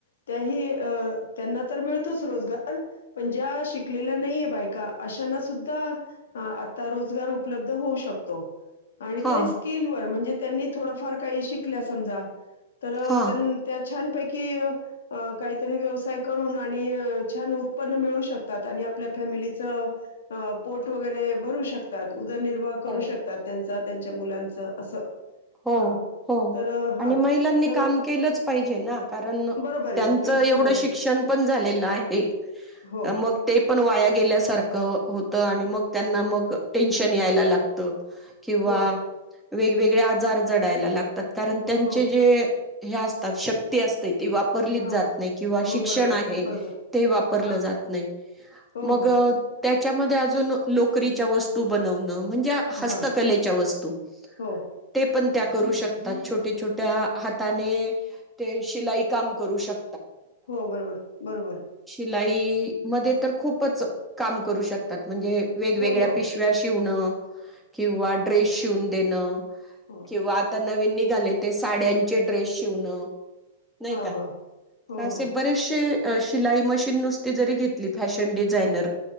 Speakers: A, on the left; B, in the centre.
A: त्याही अ त्यांना तर मिळतोच रोजगार. पण ज्या शिकलेल्या नाहीये बायका अशांनासुद्धा आता रोजगार उपलब्ध होऊ शकतो. आणि
B: हा
A: ते स्किलवर म्हणजे त्यांनी थोडंफार काही शि कल्या समजा. तर
B: हा.
A: त्यां त्या छानपैकी अ काहीतरी व्यवसाय करून आणि छान उत्पन्न मिळवू शकतात आणि आपल्या फॅमिलीचं पोट वगैरे भरू शकतात. उदरनिर्वाह करू
B: हो.
A: शकतात त्यांचा. त्यांच्या मुलांचं असं
B: हो
A: हां.
B: हो.
A: तर हा
B: आणि महिलांनी
A: तर
B: काम केलंच पाहिजे ना, कारण
A: बरोबर आहे
B: त्यांच
A: एकदम
B: एवढं
A: बरोबर
B: शिक्षणपण
A: आहे
B: झालेलं आहे.
A: हो
B: मग ते पण वाया गेल्यासारखं होतं आणि मग त्यांना मग टेन्शन यायला लागतं. किंवा
A: हो
B: वेगवेगळ्या जार जडायला लाग तात, कारण त्यांचे
A: हो
B: जे ह्या असतात शक्ती असते. ती वापरलीच
A: हां
B: जात नाही, किंवा शिक्षण
A: हो बरोबर
B: आहे,
A: बरोबर
B: ते वापरलं
A: हां
B: जात नाही
A: हो
B: मग
A: हो
B: त्याच्यामध्ये अजून लोकरीच्या वस्तू बनवणं म्हणजे हस्तकलेच्या
A: हां
B: वस्तू
A: हो
B: ते पण त्या करू शकतात. छोट्या छोट्या हाताने ते शिलाई काम करू शक
A: हो बरोबर, बरोबर.
B: लाई मध्ये तर खूपच काम करू शकतात. म्हणजे वेगवेगळ्या
A: हो हो
B: पिशव्या शिवणं <inaudible> किंवा ड्रेस
A: हो
B: शिवून देणं.
A: हो
B: किंवा आता नवीन निघाले ते साड्यांचे ड्रेस शिवणं नाही
A: हां
B: का
A: हां हो
B: तर असे
A: हो
B: बरेचसे शिलाई मशीन नुसती जरी घेतली फॅशन डिझायनर